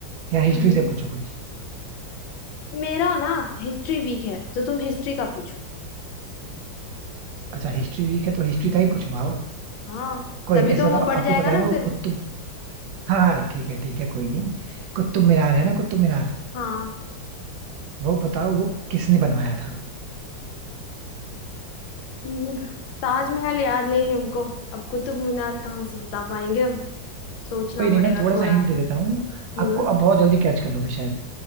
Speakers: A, on the right; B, on the left.
A: या हिस्ट्री
B: हम्म
A: से पूछो कुछ
B: मेरा ना हिस्ट्री वीक है तो तुम हिस्ट्री का पूछो
A: अच्छा हिस्ट्री वीक है तो हिस्ट्री का ही पूछवाओ
B: हाँ
A: कोई
B: तभी
A: नहीं ऐसा
B: तो
A: बताओ
B: वो बढ़
A: आपको
B: जाएगा
A: पता
B: ना
A: है ना वो
B: फिर
A: कुतुब हाँ हाँ, ठीक है ठीक है कोई नहीं कुतुब मीनार है ना कुतुब मीनार
B: हाँ
A: वो बताओ वो किसने बनवाया था
B: हम्म, ताजमहल याद नहीं है हमको अब कुतुब मीनार कहाँ से बता पाएंगे हम सोचना
A: कोई
B: पड़ेगा
A: नहीं मैं थोड़ा
B: थोड़ा
A: सा हिंट दे देता हूँ
B: हम्म
A: आपको अब बहुत जल्दी कैच कर लोगे शायद